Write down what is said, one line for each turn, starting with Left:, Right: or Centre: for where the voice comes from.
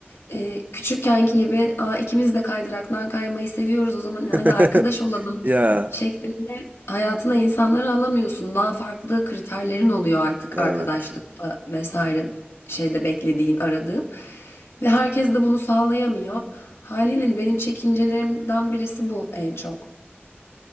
Left: e, küçükkenki gibi Aa, ikimiz de kaydıraktan kaymayı seviyoruz o zaman hadi
Right: <laughs>
Left: arkadaş olalım
Right: Ya,
Left: şeklinde hayatına insanları alamıyorsun. Daha farklı kriterlerin oluyor artık
Right: evet.
Left: arkadaşlıkta vesaire şeyde beklediğin, aradığın. Ve herkes de bunu sağlayamıyor. Haliyle hani benim çekincelerimden birisi bu en çok.